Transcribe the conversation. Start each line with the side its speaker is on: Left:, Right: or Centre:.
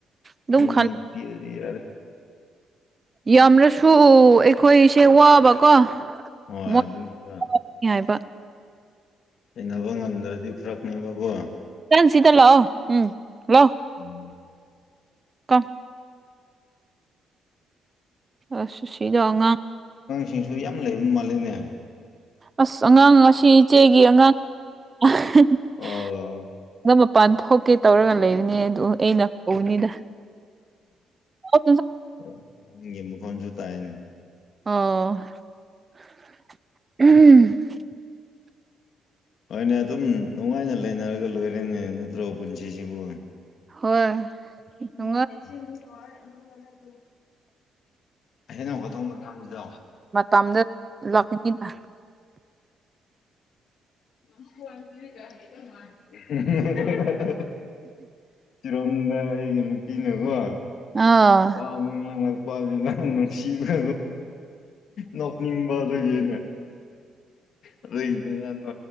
Right: ꯑꯗꯨꯝ
Left: ꯑꯅꯤ
Right: ꯈ
Left: ꯄꯤꯔꯗꯤ ꯌꯥꯔꯦ
Right: ꯌꯥꯝꯅꯁꯨ ꯑꯩꯈꯣꯏꯁꯦ ꯋꯥꯕꯀꯣ
Left: ꯍꯣꯏ
Right: ꯃꯣꯏꯅꯤ
Left: ꯑꯗꯨꯅꯤꯕ
Right: ꯍꯥꯏꯕ
Left: ꯍꯕ ꯉꯝꯗ꯭ꯔꯗꯤ ꯐꯔꯛꯅꯦꯕꯀꯣ
Right: ꯅꯪ ꯁꯤꯗ ꯂ ꯎꯝ ꯂ
Left: ꯎꯝ
Right: ꯀ ꯑꯁ ꯁꯤꯗꯧꯉ
Left: ꯁꯤꯡꯁꯨ ꯌꯥꯝ ꯂꯩꯕ ꯃꯥꯜꯂꯤꯅꯦ
Right: ꯑꯁ ꯑꯉꯥꯡ ꯉꯁꯤ ꯏꯆꯦꯒꯤ ꯑꯉꯥꯡꯝꯕ
Left: ꯑꯣ
Right: ꯄꯥꯟ ꯊꯣꯛꯀꯦ ꯇꯧꯔꯒ ꯂꯩꯕꯅꯦ ꯑꯗꯨ ꯑꯩꯅ ꯀꯧꯅꯤꯗ ꯑꯣ
Left: ꯎꯝꯪꯒꯤ ꯃꯈꯣꯟꯁꯨ ꯇꯥꯏꯅ
Right: ꯑꯣ
Left: ꯍꯣꯏꯅꯦ ꯑꯗꯨꯝ ꯅꯨꯡꯉꯥꯏꯅ ꯂꯩꯅꯔꯒ ꯂꯣꯏꯔꯦꯅꯦ ꯅꯠꯇ꯭ꯔꯣ ꯄꯨꯟꯁꯤꯁꯤꯕꯨ
Right: ꯍꯣꯏ ꯅꯨꯡꯉꯥꯏ
Left: ꯎ ꯇꯦꯟꯁꯟ ꯀ ꯃꯪ ꯀꯗ ꯇꯨ ꯍꯩꯅꯧꯒꯗꯣꯡꯕ ꯉꯁꯤꯗꯣ
Right: ꯃꯇꯝꯗ ꯂꯥꯛꯀꯅꯤꯗ
Left: <inaudible> ꯇꯤꯔꯣꯝꯗꯥ ꯑꯩ ꯅꯨꯄꯤꯤꯅꯦꯀꯣ
Right: ꯑꯥ
Left: ꯋꯥ ꯅꯨꯄꯥꯅꯤꯅ ꯅꯨꯡꯁꯤꯕ ꯅꯣꯛꯅꯤꯡꯕꯗꯒꯤꯅꯦ ꯑꯗ ꯏꯅꯤꯅꯣꯏꯅ